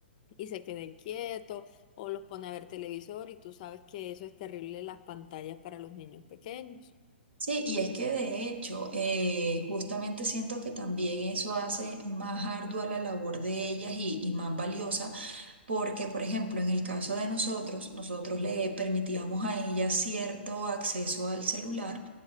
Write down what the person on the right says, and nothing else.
Sí, y es que de hecho, eh, justamente siento que también eso hace más ardua la labor de ellas y, y más valiosa, porque, por ejemplo, en el caso de nosotros, nosotros le permitíamos a ellas cierto acceso al celular